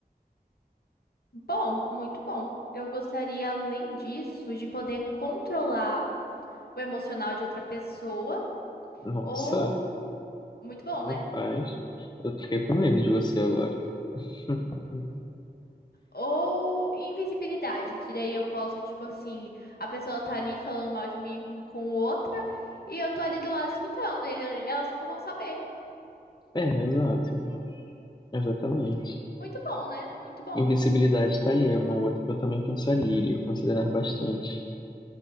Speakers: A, on the left; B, on the left.
A: Bom, muito bom. Eu gostaria, além disso, de poder controlar o emocional de outra pessoa,
B: Nossa,
A: ou muito bom,
B: rapaz,
A: né?
B: eu fiquei com medo de você agora. <laughs>
A: Ou invisibilidade, que daí eu posso, tipo assim, a pessoa tá ali falando mal de mim com com outra e eu tô ali do lado escutando, ele, elas nunca vão saber.
B: É, exato, exatamente.
A: Muito, muito bom, né? Muito bom.
B: Invisibilidade tá aí, é uma outra que eu também pensaria e considerar bastante.